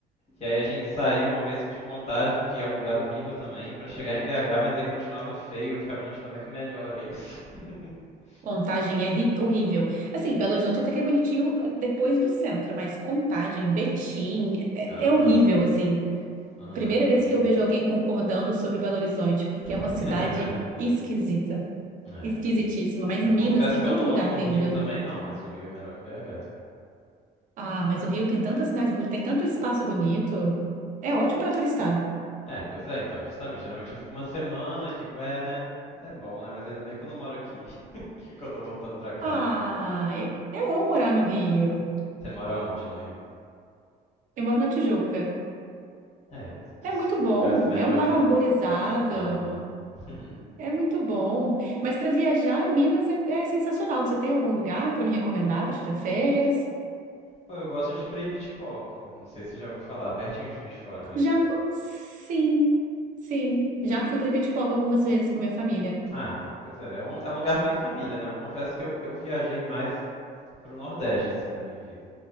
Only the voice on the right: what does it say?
Contagem é ri- horrível. Assim, Belo Horizonte até que é bonitinho ah, depois do centro, mas Contagem, Betim, é,
é horrível, assim.
Primeira
vez que eu vejo alguém concordando sobre Belo Horizonte, porque
é uma cidade esquisita,
esquisitíssima. Mas
em Minas
tem
tanto
lugar
lindo.
Ah, mas o Rio tem tanta cidade bonita, tem tanto espaço bonito. É ótimo para turistar.
Ah, eu, eu amo morar no Rio.
Eu moro na Tijuca.
É muito
bom,
é um bairro arborizado.
É muito bom. Mas para viajar em Minas é, é sensacional. Você tem algum lugar para me recomendar para tirar férias?
Já, sim, sim. Já fui para Pitipoca algumas vezes com minha família.